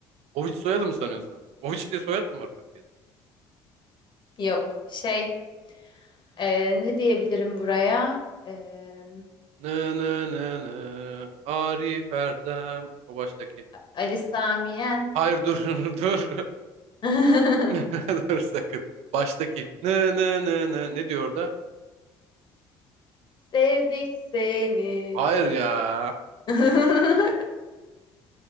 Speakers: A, on the right (about 70°); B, on the left (about 45°).
A: Oviç soyadı mı sanıyorsun? sen? Oviç diye soyad mı var Türkiye'de?
B: Yok. Şey. ee, ne diyebilirim buraya? Ee,
A: Nı nı nı nı. Arif Erdem. O baştaki.
B: Ali Sami Yen.
A: Hayır dur <laughs> dur.
B: <laughs>
A: <laughs> Dur sakın. Baştaki. Nı nı nı nı. Ne diyor orada?
B: Sevdik seni.
A: Hayır ya.
B: <laughs>